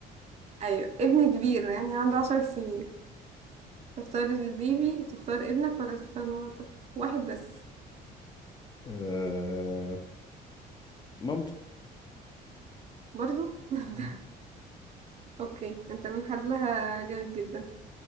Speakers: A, on the right; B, on the left.
A: ايوه ابن كبير يعني عنده عشر سنين تختار البيبي تختار ابنك ولا تختار مراتك واحد بس
B: أه... مامته
A: برضو <laughs> انت
B: مهم.
A: اوكي انت من حظها جامد جدا